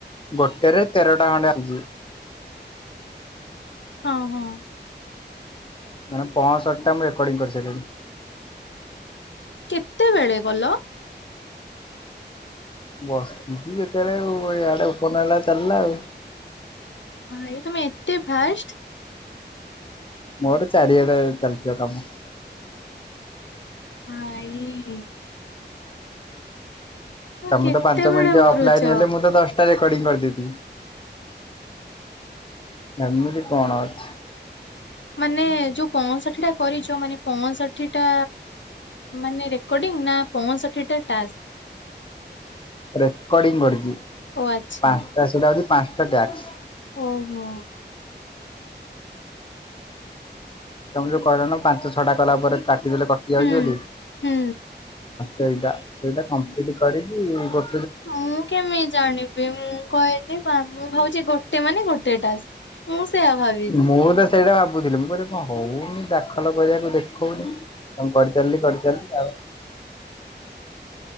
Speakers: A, on the left; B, on the left.
A: ଗୋଟେରେ ତେରଟା ଖଣ୍ଡେ ଆସୁଛି।
B: ହଁ ହଁ।
A: ମାନେ ପଂଶଠୀ ଟା ମୁଁ ରେକର୍ଡିଂ କରିସାରିଣି।
B: କେତେବେଳେ ଗଲ?
A: ବସିଛି ଯେତେବେଳେ ଆଇଆଡେ ଓପନ ହେଲା ଚାଲିଲା ଆଉ।
B: ହଁ ଏଇ ତମେ ଏତେ ଫାଷ୍ଟ?
A: ମୋର ଚାରିଆଡ଼େ ଚାଲୁଥିବ କାମ।
B: ଭାଇ
A: ତମେ
B: କେତେବେଳେ
A: ତ ପାଞ୍ଚ ମିନିଟ୍
B: କରୁଛ?
A: ଅଫ୍ଲାଇନ ହେଲେ ମୁଁ ତ ଦଶ ରେକଡ଼ିଂ କରିଦେଇଥିବି, ଏମିତି କଣ ଅଛି?
B: ମାନେ ଯୋଉ ପଞ୍ଚଷଠି ଟା କରିଛ, ମାନେ ପଞ୍ଚଷଠି ଟା ମାନେ ରେକର୍ଡିଂ, ନା ପଞ୍ଚଷଠି ଟା ଟାସ୍କ?
A: ରେକଡିଂ କରିଛି
B: ଓ ଆଚ୍ଛା
A: ପାଞ୍ଚଟା ସେଟା ହଉଛି ପାଞ୍ଚଟା ଟାସ୍କ।
B: ଓହୋ।
A: ତମେ ଯୋଉ କହିଲନା ପାଞ୍ଚ ଛଟା କଲା ପରେ କା କଟି ଯାଉଛି
B: ହୁଁ
A: ବୋଲି,
B: ହୁଁ।
A: ସେଇଟା ସେଇଟା କଂପ୍ଲୀଟ କରିକି ଗୋ
B: ମୁଁ କେମିତି ଜାଣିବି, ମୁଁ କହିଲି ମୁଁ ଭାବୁଛି ଗୋଟେ ମାନେ ଗୋଟେ ଟାସ୍କ। ମୁଁ ସେଇଆ ଭାବି
A: ମୁଁ ତ ସେଇଟା ଭାବୁଥିଲି, ମୁଁ କହିଲି କଣ ହଉନି ଦାଖଲ କରିବାକୁ ଦେଖଉନି। କଁ କରିଚାଲିଲି କରିଚାଲିଲି ଆଉ।